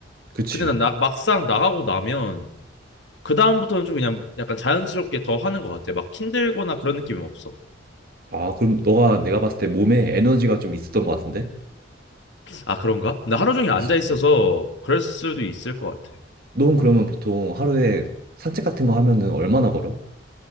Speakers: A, on the right; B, on the left.
A: 그치?
B: 근데 난 나, 막상 나가고 나면 그다음부터는 좀 그냥 약간 자연스럽게 더 하는 것 같아. 막 힘들거나 그런 느낌은 없어.
A: 아, 그럼 너가 내가 봤을 때 몸에 에너지가 좀 있었던 것 같은데?
B: 아, 그런가? 나 하루 종일
A: 그럴
B: 앉아
A: 수 있지.
B: 있어서 그럴 수도 있을 것 같아.
A: 넌 그러면 보통 하루에 산책 같은 거 하면은 얼마나 걸어?